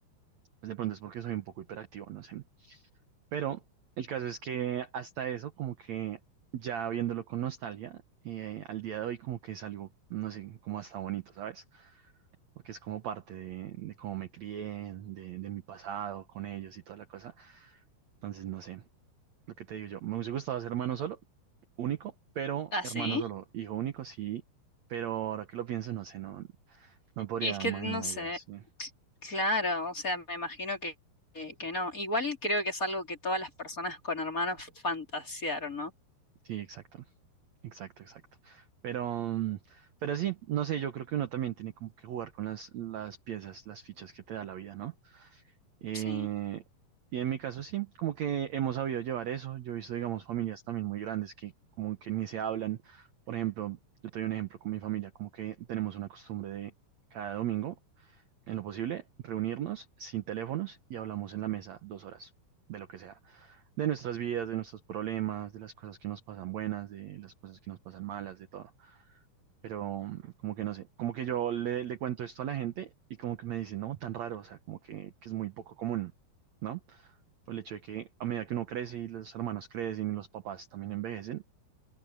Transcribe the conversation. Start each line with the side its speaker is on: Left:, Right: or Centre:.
Right: Pues de pronto es porque soy un poco hiperactivo, no sé. Pero el caso es que hasta eso, como que ya viéndolo con nostalgia, eh, al día de hoy como que es algo, no sé, como hasta bonito, ¿sabes? Porque es como parte de, de cómo me crié, de, de mi pasado con ellos y toda la cosa. Entonces, no sé, lo que te digo yo, me hubiese gustado ser hermano solo, único, pero
Left: ¿Ah,
Right: hermano
Left: sí?
Right: solo, hijo único, sí, pero ahora que lo pienso, no sé, no, No podría
Left: Y es que
Right: imaginar,
Left: no sé,
Right: ya, sí.
Left: c- claro, o sea, me imagino que, que, que no. Igual creo que es algo que todas las personas con hermanos fantasearon, ¿no?
Right: Sí, exacto, exacto, exacto. Pero, mm, pero sí, no sé, yo creo que uno también tiene como que jugar con las, las piezas, las fichas que te da la vida, ¿no? Eh,
Left: Sí,
Right: y en mi caso sí, como que hemos sabido llevar eso. Yo he visto, digamos, familias también muy grandes que como que ni se hablan. Por ejemplo, yo te doy un ejemplo con mi familia, como que tenemos una costumbre de cada domingo, en lo posible, reunirnos sin teléfonos y hablamos en la mesa dos horas de lo que sea de nuestras vidas, de nuestros problemas, de las cosas que nos pasan buenas, de las cosas que nos pasan malas, de todo. Pero mm, como que no sé, como que yo le, le cuento esto a la gente y como que me dicen, no, tan raro, o sea, como que, que es muy poco común, ¿no? Por el hecho de que a medida que uno crece y los hermanos crecen y los papás también envejecen,